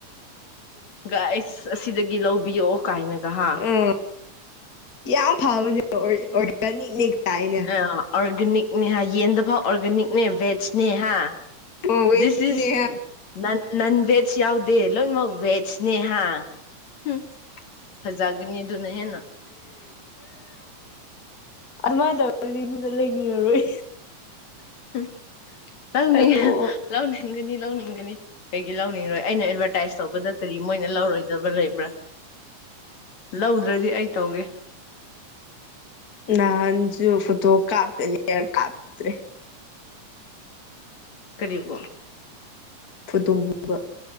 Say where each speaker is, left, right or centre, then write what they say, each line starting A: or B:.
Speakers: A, on the left (about 60°); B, on the left (about 30°).
A: ꯑꯩꯁ ꯑꯁꯤꯗꯒꯤ ꯂꯧꯕꯤꯌꯑꯣ ꯀꯥꯏꯅꯒ ꯍꯥ
B: ꯑꯥ ꯌꯥꯝ ꯐꯕꯅꯦ ꯑꯣꯔꯒꯥꯅꯤꯛꯅꯦ ꯀꯥꯏ
A: ꯑ ꯑꯣꯔꯒꯥꯅꯤꯛꯅꯦ ꯍꯥꯏ ꯌꯦꯟꯗ ꯐꯥꯎ ꯑꯣꯔꯒꯥꯅꯤꯛ ꯦꯖꯅꯦ ꯍꯥ
B: ꯑꯣ ꯋꯦꯁꯅꯦ
A: ꯁ ꯏ ꯅ ꯅꯣꯟꯚꯦꯖ ꯌꯥꯎꯗꯦ ꯂꯣ ꯃꯥꯕꯦꯖꯅꯦꯦ ꯍꯥꯥ ꯎꯝ ꯐꯖꯥꯒꯅꯤꯙꯅ ꯍꯦꯅ
B: ꯎ ꯑꯗꯨꯃꯥꯏꯅ ꯇꯧꯔꯒꯗꯤ ꯃꯤꯅ ꯂꯩꯅꯤꯡꯉꯔꯣꯏ
A: ꯍꯨꯝ ꯂꯧꯅꯤꯡ
B: ꯑꯣ
A: ꯂꯧꯅꯤꯡꯒꯅꯤ ꯂꯧꯅꯤꯡꯒꯅꯤ ꯀꯩꯒꯤ ꯂꯧꯅꯤꯡꯔꯣꯏ ꯑꯩꯅ ꯑꯦꯗꯚꯔꯇꯥꯏꯁ ꯇꯧꯕꯗ ꯀꯔꯤ ꯃꯣꯏꯅ ꯂꯧꯔꯣꯏꯒꯦ ꯕ ꯂꯩꯕ꯭ꯔꯥ ꯂꯧꯗ꯭ꯔꯗꯤ ꯑꯩ ꯇꯧꯒꯦ
B: ꯅ ꯍꯟꯁꯨ ꯐꯨꯇꯣ ꯀꯥꯞꯀꯅꯤꯔ ꯀꯥꯞꯇ꯭ꯔꯦ
A: ꯀꯔꯤꯕ
B: ꯐꯨꯗꯣꯛꯕ